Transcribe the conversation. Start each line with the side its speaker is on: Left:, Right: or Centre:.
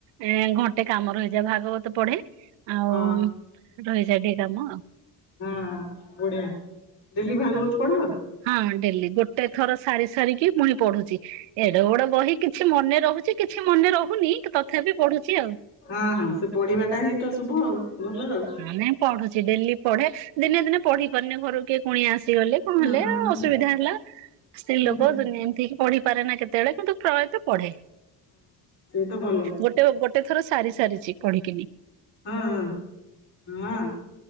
Right: ଏ ଘଣ୍ଟେ କାମ ରହିଯାଏ ଭାଗବତ ପଢେ ଆଉ
Left: ହଁ
Right: ରହିଯାଏ ଟିକେ କାମ।
Left: ହଁ ବଢିଆ ଡେଲି ଭାଗବତ ପଢ଼।
Right: ହଁ ଡେଲି ଗୋଟେ ଥର ସାରି ସାରିକି ପୁଣି ପଢୁଛି ଏଡ଼େ ବଡ ବହି କିଛି ମନେ। ରହୁଛି କିଛି ମନେ ରହୁନି କି ତଥାପି ପଢୁଛି ଆଉ।
Left: ହଁ ହଁ ସେ ପଢିବାଟାହିତ ଶୁଭ ଭଲ ଆଉ।
Right: ମାନେ ପଢୁଚି ଡେଲି ପଢେ ଦିନେ ଦିନେ ପଢି ପାରୁନି ଘରକୁ କିଏ କୁଣିଆ ଆସିଗଲେ କଁ
Left: ହଁ
Right: ହେଲେ
Left: ହଁ ହଁ
Right: ଅସୁବିଧା ହେଲା ସ୍ତ୍ରୀ
Left: ସେଇତ
Right: ଲୋକ ଦୁନିଆ ଏମିତିି ପଢିପାରେନା କେତେବେଳେ କିନ୍ତୁ ପ୍ରାୟତଃ ପଢେ।
Left: ସେଇତ ଭଲ।
Right: ଗୋଟେ ଗୋଟେ ଥର ସାରି ସାରିଚି କଢିକିନି।
Left: ହଁ ହଁ ହଁ